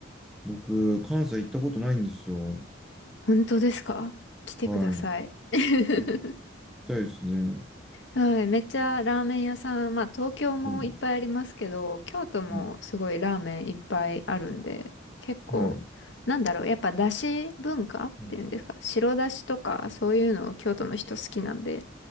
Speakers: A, in the centre; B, on the left.
A: 僕、関西行ったことないんですよ。
B: 本当ですか来てください。
A: はい。
B: <laughs>
A: 行きたいですね。
B: はい、めっちゃラーメン屋さん、まあ東京もいっぱいありますけど、
A: はい。
B: 京都もすごいラーメンいっぱいあるんで、
A: うん。
B: 結構、
A: はい。う
B: なんだろう、やっぱだし文化っていうんですか、
A: ん
B: 白だしとかそういうのを京都の人好きなんで、